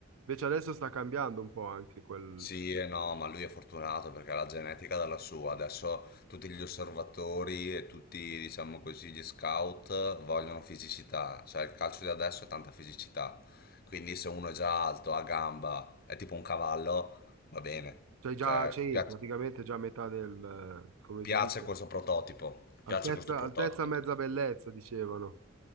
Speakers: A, on the right; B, on the left.
A: Invece adesso sta cambiando un po' anche quel...
B: Sì e no, ma lui è fortunato perché ha la genetica dalla sua. Adesso tutti gli osservatori e tutti, diciamo così, gli scout vogliono fisicità. Cioè il calcio di adesso è tanta fisicità. Quindi se uno è già alto, ha gamba, è tipo un cavallo, va bene.
A: Cioè già,
B: Cioè
A: c'è
B: piace,
A: praticamente già metà del... eh, come
B: piace
A: si dice?
B: questo prototipo.
A: Altezza,
B: Piace questo prototipo.
A: altezza, mezza
B: di-
A: bellezza, dicevano.